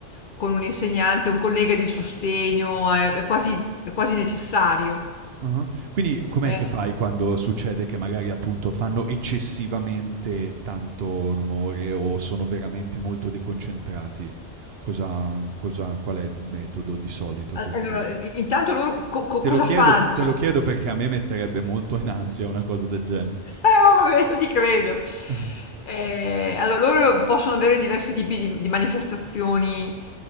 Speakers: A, on the left; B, on the right.
A: con un insegnante, un collega di sostegno, è è quasi è quasi necessario.
B: Ah-ah. Quindi com'è
A: Eh,
B: che fai quando succede che magari, appunto, fanno eccessivamente tanto rumore o sono veramente molto deconcentrati? Cosa cosa qual è il metodo di solito
A: a
B: che utilizzi?
A: allora i intanto loro co co
B: Te
A: cosa
B: lo chiedo
A: fanno?
B: te lo chiedo perché a me metterebbe molto in ansia una cosa del genere.
A: <laughs> Ah, vabbè, ti credo.
B: <laughs>
A: Eh, allora, loro possono avere diversi tipi di, di manifestazioni